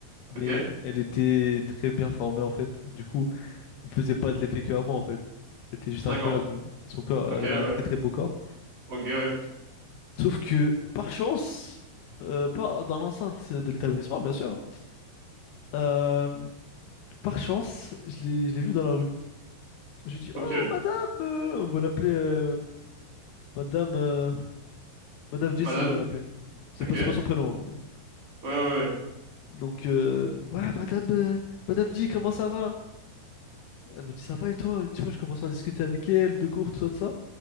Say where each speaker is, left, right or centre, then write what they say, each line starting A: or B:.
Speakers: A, on the left; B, on the right.
A: mais
B: Ok.
A: elle était très bien formée, en fait. Du coup, elle me faisait pas de l'effet que à moi, en fait. Elle était juste
B: D'accord.
A: incroyable. Son corps,
B: Ok,
A: elle
B: ouais.
A: avait un très très beau corps.
B: Ok, ouais.
A: Sauf que, par chance, euh, pas dans l'enceinte de l'établissement, bien sûr, hein, euh, par chance, je l'ai je l'ai vue dans la rue. Je lui ai dit,
B: Ok.
A: Oh, madame, euh, on va l'appeler euh, madame, euh, madame Jessie,
B: Madame.
A: on va l'appeler. C'est
B: Ok.
A: pas,
B: Ouais,
A: c'est pas son prénom. hein, mais-
B: ouais, ouais.
A: Donc, euh, ouais, madame, euh, madame J, comment ça va? Elle me dit, ça va et toi? Tu vois, je commence à discuter avec elle, de cours, tout ça, tout ça.